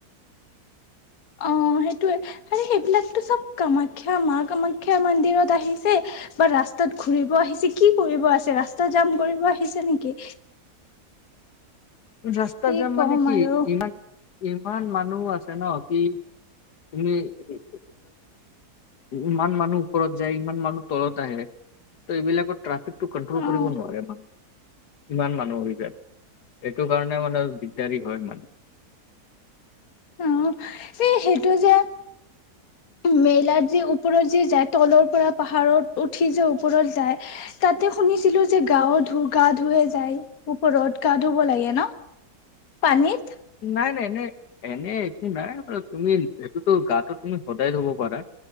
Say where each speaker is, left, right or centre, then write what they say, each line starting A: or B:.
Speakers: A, on the left; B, on the left.
A: অ' হেইটোয়ে। আৰু সেইবিলাকতো চব কামাখ্যা, মা কামাখ্যা মন্দিৰত আহিছে বা ৰাস্তাত ঘুৰিব আহিছে, কি কৰিব আছে ৰাস্তা জাম কৰিব আহিছে নেকি?
B: ৰাস্তা
A: কি
B: যাম
A: কম
B: মানে কি?
A: আৰু
B: ইমান ইমান মানুহ আছে ন' সি <unintelligible> ই ইমান মানুহ ওপৰত যায়, ইমান মানুহ তলত আহে ত' এইবিলাকত ট্ৰাফিকটো কণ্ট্ৰল'
A: অ
B: কৰিব নোৱাৰে মানে, ইমান‌মানুহ হৈ যায়। এইটো কাৰণে মানে দিগদাৰি হয়, মানে
A: অঁ, এই সেইটো যে মেলাত যে ওপৰত যে যায়, তলৰ পৰা পাহাৰত উঠি যে ওপৰত যায় তাতে শুনিছিলোঁ যে গাৱ ধো গা ধোৱে যায় ওপৰত, গা ধোব লাগে ন? পানীত
B: নাই, নাই এনেই এনেই একো নাই বাৰু, তুমি সেটোতো গাটো তুমি সদায় ধোব পাৰা।